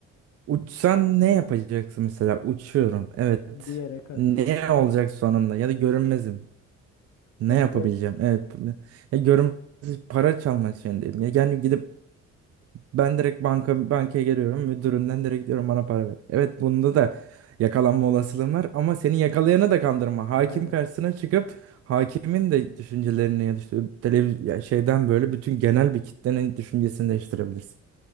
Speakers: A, on the right; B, on the left.
A: Uçsan ne yapacaksın mesela? Uçuyorum. Evet.
B: bir yere kadar.
A: Ne olacak sonunda? Ya da görünmezim. Ne
B: Ya
A: yapabileceğim?
B: bir de
A: Evet. Ya görünmez para çalmak zorundayım. Ya yani gidip ben direkt banka bankaya geliyorum. Müdüründen direkt diyorum bana para ver. Evet bunda da yakalanma olasılığın var ama seni yakalayanı da kandırma. Hakim
B: aynen
A: karşısına çıkıp hakimin de düşüncelerini ya da işte televiz- ya şeyden böyle bütün genel bir kitlenin düşüncesini değiştirebilirsin.